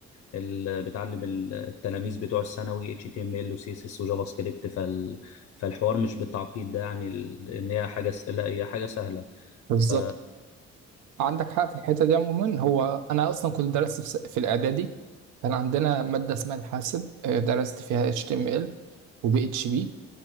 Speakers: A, on the left; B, on the right.
A: ال- بتعلم ال- التلاميذ بتوع الثانوي HTML و CSS و جافا سكريبت فال... فالحوار مش بالتعقيد ده يعني ال- ان هي حاجه س... لا هي حاجه سهله
B: بالظبط
A: ف
B: عندك حق في الحته دي عموما هو انا اصلا كنت درست في س- في الاعدادي كان عندنا ماده اسمها الحاسب آه، درست فيها اتش تي ام ال وبي اتش بي